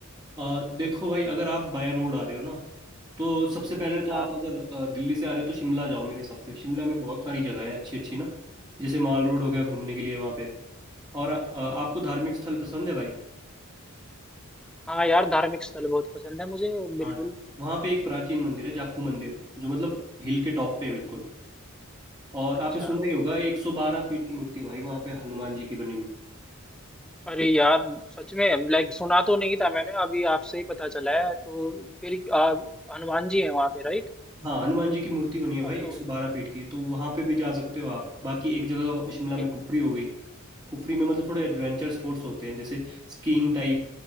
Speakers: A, on the right; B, in the centre.
A: अ, देखो भाई अगर आप बाय रोड आ रहे हो ना तो सबसे पहले तो
B: हाँ।
A: आप अगर अ, दिल्ली से आ रहे हो तो शिमला जाओ मेरे हिसाब से शिमला में बहुत सारी जगह है अच्छी अच्छी ना जैसे माल रोड हो गया घूमने के लिए वहाँ पे और अ, आपको धार्मिक स्थल पसंद है भाई
B: हाँ यार धार्मिक स्थल बहुत पसंद है मुझे बिल्कुल
A: हाँ वहाँ पे एक प्राचीन मंदिर है जाखू मंदिर जो मतलब हिल के टॉप पे है बिल्कुल और
B: अच्छा
A: आपने सुना ही होगा 112 फीट की मूर्ति है भाई वहाँ पे हनुमान जी की बनी हुई
B: अरे यार सच में लाइक सुना तो नहीं था मैंने अभी आपसे ही पता चला है तो फिर आ, हनुमान जी हैं वहाँ पे राइट
A: हाँ हनुमान जी की मूर्ति बनी है भाई
B: तो
A: 112 फीट की तो वहाँ पे भी जा सकते हो आप बाकी एक जगह शिमला में
B: ठीक
A: कुफरी हो गई कुफरी में मतलब थोड़े एडवेंचर
B: ठीक
A: स्पोर्ट्स होते हैं जैसे स्कीइंग टाइप